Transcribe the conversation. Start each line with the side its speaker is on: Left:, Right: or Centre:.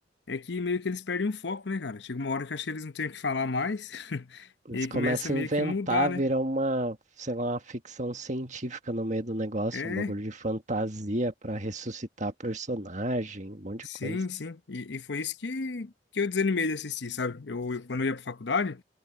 Left: é que meio que eles perdem o foco, né, cara? Chega uma hora que acho que eles não têm o que falar mais <laughs>
Right: Eles
Left: e aí
Right: começam
Left: começa meio
Right: a inventar,
Left: que mudar, né?
Right: virar uma, sei lá, uma ficção científica no meio do negócio,
Left: É,
Right: um bagulho de fantasia pra ressuscitar personagem, um monte
Left: sim,
Right: de coisa.
Left: sim. E, e foi isso que, que eu desanimei de assistir, sabe? Eu, eu- quando eu ia pra faculdade,